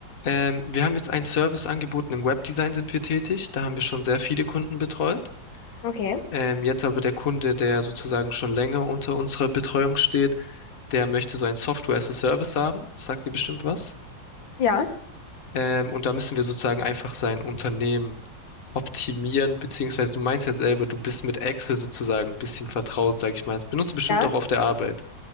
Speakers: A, on the left (about 50°); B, on the left (about 80°).
A: Ähm, wir haben jetzt einen Service angeboten, im Webdesign sind wir tätig, da haben wir schon sehr viele Kunden betreut.
B: Okay.
A: Ähm, jetzt aber der Kunde, der sozusagen schon länger unter unserer Betreuung steht, der möchte so ein Software as a Service haben, sagt dir bestimmt was.
B: Ja.
A: Ähm, und da müssen wir sozusagen einfach sein Unternehmen optimieren, beziehungsweise du meinst ja selber, du bist mit Excel sozusagen ein bisschen vertraut, sage ich mal. Das benutzt du bestimmt
B: Ja.
A: auch auf der Arbeit.